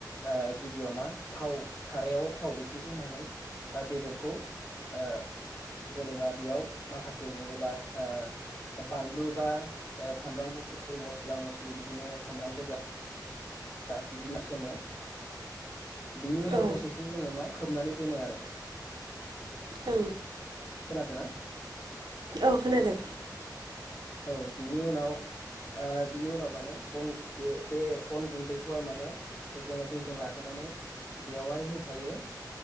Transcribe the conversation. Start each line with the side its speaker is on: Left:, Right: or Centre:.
Left: ओ गिबियाव मा थाव सारायाव थाव एसेसो होनानै ओ बेदरखौ। ओ जेनेबा बेयाव माखासे जेनेबा ओ ओ बानलु बा ओ सामब्राम गुफुर मस्ला मस्लि बिदिनो सामब्राम गोजा। दा बिदिनो सोमो। बिनि उनाव
Right: औ
Left: दसेसो जोङो मा खोबनानै दोनो आरो।
Right: औ।
Left: खोनादोंना?
Right: औ खोनादों।
Left: औ बिनि उनाव ओ बिनि उनाव माने अन बे-बे अन गुन्दैखौहाय माने। जोङो दैजों लागायनानै बेयावहाय होफायो।